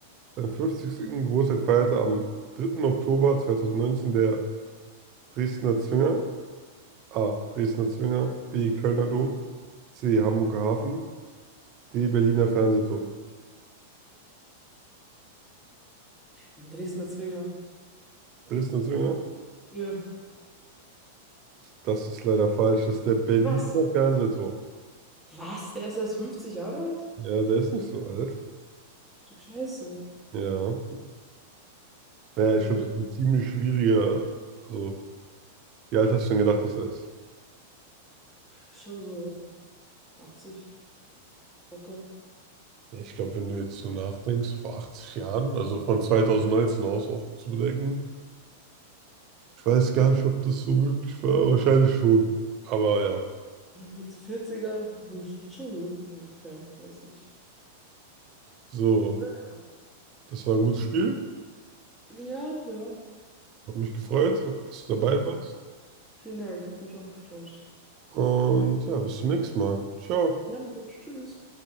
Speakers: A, on the right; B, in the centre.
A: Seinen fünfzigsten Geburtstag feierte am dritten Oktober 2019 der Dresdner Zwinger, A. Dresdner Zwinger, B. Kölner Dom, C. Hamburger Hafen, D. Berliner Fernsehturm.
B: Ein Dresdner Zwinger.
A: Dresdner Zwinger?
B: Ja.
A: Das ist leider falsch. Das ist der Berliner
B: Was?
A: Fernsehturm.
B: Was? Der ist erst 50 Jahre alt?
A: Ja, der ist nicht so alt.
B: Ach du Scheiße.
A: Ja. Naja,
B: Ja.
A: ich glaube, das ist ein ziemlich schwieriger. Also, wie alt hast du denn gedacht, dass er ist?
B: Schon so 80, locker.
A: Ja, ich glaube, wenn du jetzt so nachdenkst, vor 80 Jahren, also von 2019 aus auch zu bedenken. Ich weiß gar nicht, ob das so möglich war. Wahrscheinlich schon. Aber ja,
B: Mit 40er, das wird schon möglich. Ach ja, weiß nicht.
A: so,
B: Ja,
A: das war ein gutes Spiel.
B: ja, ja.
A: Hat mich gefreut, dass du dabei
B: ja.
A: warst.
B: Vielen Dank, hat mich auch gefreut.
A: Und ja, bis zum nächsten Mal. Ciao.
B: Na gut, tschüss.